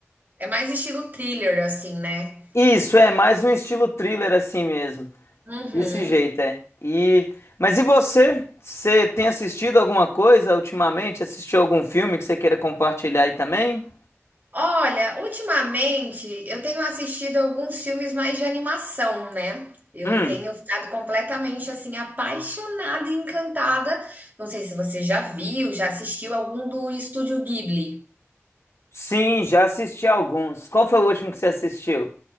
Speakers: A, on the right; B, on the left.
A: É mais estilo thriller, assim, né?
B: Isso, é mais um estilo thriller assim mesmo.
A: Uhum.
B: Desse jeito, é. E... Mas e você? Você tem assistido alguma coisa ultimamente? Assistiu algum filme que você queira compartilhar aí também?
A: Olha, ultimamente eu tenho assistido alguns filmes mais de animação, né? Eu
B: Hum,
A: tenho ficado completamente assim apaixonada e encantada. Não sei se você já viu, já assistiu algum do Estúdio Ghibli.
B: sim, já assisti alguns. Qual foi o último que você assistiu?